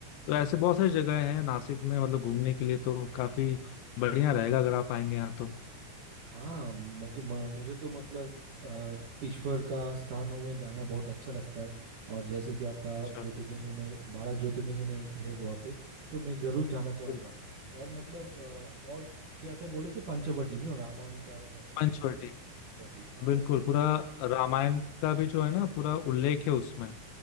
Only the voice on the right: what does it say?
हाँ
हाँ मग, म, मुझे तो मतलब अ, ईश्वर का स्थानों में जाना बहुत अच्छा लगता है और जैसे कि आपका
ज्योतिर्लिंग में बारह ज्योतिर्लिंग में एक है वहाँ पे तो मैं ज़रूर जाना चाहूँगा
और मतलब अ, और क्या क्या बोले थे पंचवटी नहीं रामायण का अच्छा
पंचवटी हाँ
सही
है